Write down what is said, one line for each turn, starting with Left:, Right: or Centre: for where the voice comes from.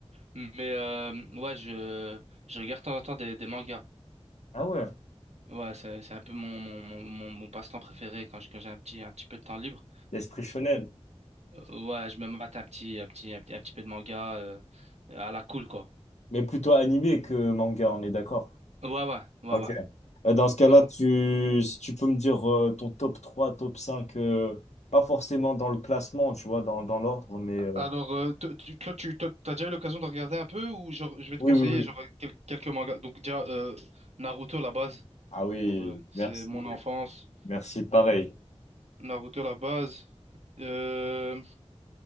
Right: Mais euh, ouais, je, je regarde de temps en temps des, des mangas.
Left: Ah ouais,
Right: Ouais, c'est, c'est un peu mon, mon, mon, mon, mon passe-temps préféré quand je- quand j'ai un petit, un petit peu de temps libre.
Left: l'esprit shonen,
Right: Euh, ouais, je me mate un petit, un petit, un petit, un petit peu de manga euh, à la cool, quoi.
Left: mais plutôt animé que manga, on est d'accord.
Right: Ouais, ouais, ouais,
Left: Ok.
Right: ouais.
Left: Euh, Dans ce cas-là,
Right: Genre,
Left: tu, si tu peux me dire euh, ton top 3, top 5, euh, pas forcément dans le classement, tu vois, dans, dans l'ordre, mais euh,
Right: Alors, euh, toi, tu, toi, tu toi, t'as déjà eu l'occasion de regarder un peu ou genre, je vais te
Left: oui,
Right: conseiller
Left: oui, oui.
Right: genre, quel- quelques mangas. Donc, déjà, euh, Naruto, la base.
Left: Ah oui,
Right: Genre, euh, c'est
Left: merci.
Right: mon enfance.
Left: Merci, pareil.
Right: Naruto, la base. Euh,